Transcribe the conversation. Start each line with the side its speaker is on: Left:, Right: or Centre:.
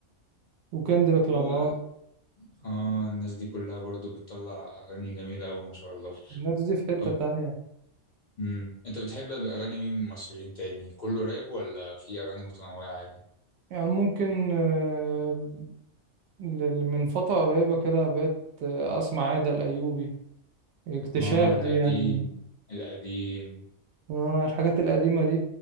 Right: وكندريك لامار
Left: هو اه الناس دي كلها برضو بتطلع اغاني جميلة قوي ما شاء الله
Right: الناس دي في حتة
Left: طب
Right: تانية
Left: مم. انت بتحب اغاني مين من المصريين تاني كله راب ولا في اغاني متنوعة عادي
Right: يعني ممكن آه، ل- من فترة قريبة كده بقيت آه، أسمع عايدة الأيوبي اكتشاف
Left: اه القديم
Right: دي يعني
Left: القديم
Right: آه، الحاجات القديمة دي